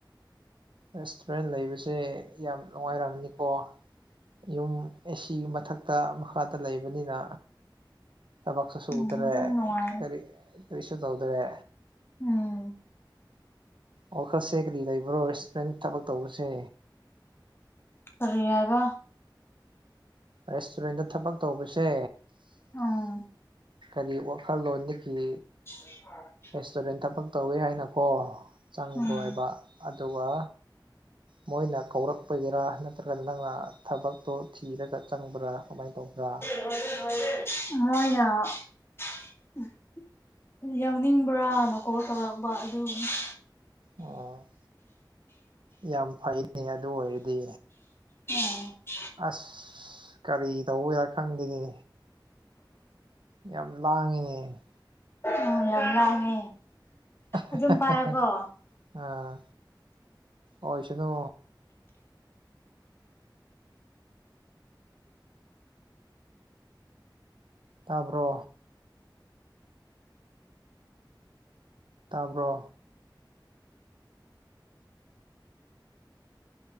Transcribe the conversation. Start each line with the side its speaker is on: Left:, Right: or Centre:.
Right: ꯔꯦꯁꯇꯨꯔꯦꯟ ꯂꯩꯕꯁꯦ ꯌꯥꯝ ꯅꯨꯡꯉꯥꯏꯔꯝꯅꯤꯀꯣ꯫ ꯌꯨꯝ ꯑꯦꯁꯤꯒꯤ ꯃꯊꯛꯇ ꯃꯈꯥꯗ ꯂꯩꯕꯅꯤꯅ ꯊꯕꯛꯁꯨ ꯁꯨꯗ꯭ꯔꯦ
Left: ꯎꯝ ꯑꯗꯨꯝ ꯅꯨꯡꯉꯥꯏ
Right: ꯀꯔꯤ ꯀꯔꯤꯁꯨ ꯇꯧꯗ꯭ꯔꯦ꯫
Left: ꯎꯝ
Right: ꯋꯥꯈꯜꯁꯦ ꯀꯔꯤ ꯂꯩꯕ꯭ꯔꯣ ꯔꯦꯁꯇꯨꯔꯦꯟ ꯊꯕꯛ ꯇꯧꯕꯁꯦ꯫
Left: ꯀꯔꯤ ꯍꯥꯏꯕ
Right: ꯔꯦꯁꯇꯨꯔꯦꯟꯗ ꯊꯕꯛ ꯇꯧꯕꯁꯦ
Left: ꯎꯝ
Right: ꯀꯔꯤ ꯋꯥꯈꯜꯂꯣꯟꯗꯒꯤ
Left: <unintelligible>
Right: ꯔꯦꯁꯇꯨꯔꯦꯟ ꯊꯕꯛ ꯇꯧꯋꯦ ꯍꯥꯏꯅꯀꯣ ꯆꯪꯕ꯭ꯔꯣ
Left: ꯎꯝ
Right: ꯍꯥꯏꯕ ꯑꯗꯨꯒ ꯃꯣꯏꯅ ꯀꯧꯔꯛꯄꯒꯤꯔꯥ ꯅꯠꯇ꯭ꯔꯒ ꯅꯪꯅ ꯊꯕꯛꯇꯣ ꯊꯤꯔꯒ ꯆꯪꯕ꯭ꯔꯥ ꯀꯃꯥꯏꯅ ꯇꯧꯕ꯭ꯔꯥ꯫
Left: ꯂꯣꯏꯔꯦ ꯂꯣꯏꯔꯦ ꯃꯣꯏꯅ ꯌꯥꯎꯅꯤꯡꯕ꯭ꯔꯥꯅ ꯀꯣꯜ ꯇꯧꯔꯛꯄ ꯑꯗꯨꯒꯤꯅꯦ꯫
Right: ꯑꯣ ꯌꯥꯝ ꯐꯩꯅꯦ ꯑꯗꯨ ꯑꯣꯏꯔꯗꯤ
Left: ꯎꯝ
Right: ꯑꯁ ꯀꯔꯤ ꯇꯧꯕꯌꯥ ꯈꯪꯗꯦꯅꯦ꯫ ꯌꯥꯝ ꯂꯥꯡꯉꯤꯅꯦ꯫
Left: ꯎꯝ ꯌꯥꯝ ꯂꯥꯡꯉꯦ꯫
Right: ꯑ ꯍ
Left: ꯑꯗꯨꯝ
Right: ꯍ
Left: ꯄꯥꯏꯌꯣꯀꯣ
Right: ꯍ ꯍ ꯑ ꯑꯣꯏꯁꯅꯨ ꯇꯥꯕ꯭ꯔꯣ ꯇꯥꯕ꯭ꯔꯣ